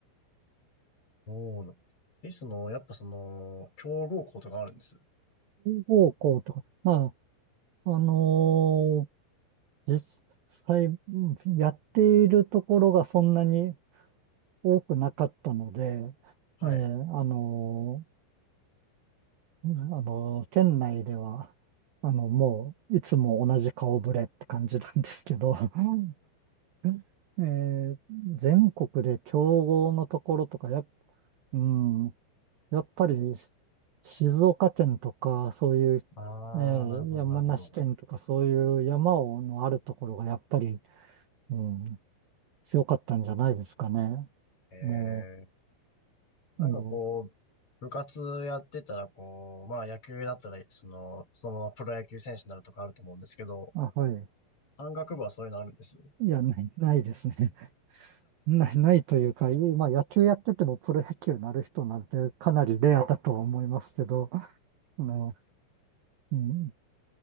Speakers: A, on the left; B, on the right.
A: そうな。え、その、やっぱその、強豪校とかあるんです。
B: 方向とか、まあ、あのー実際、うんやっているところがそんなに多くなかったので、
A: はい。
B: ええ、あのーうんあの、店内では、あの、もう、いつも同じ顔ぶれって感じなんですけど、うん <laughs> えー全国で競合のところとか、やっ、うん、やっぱり、静岡県とか、そういう、
A: ああ、
B: えー山梨県とか、
A: なるほど、なるほど。
B: そういう山をのあるところが、やっぱり、うん、強かったんじゃないですかね。
A: ええ
B: も
A: なんかこう、
B: う、も
A: 部活やってたらこう、まあ野球だったら、その、そのままプロ野球選手になるとかあると思うんですけど、
B: う、あ、はい。
A: 山岳部はそういうのあるんです。
B: いや、ない、ないですね。ない、ないというか、いまあ、野球やっててもプロ野球になる人なんてかなりレアだとは思いますけど、ね、うん、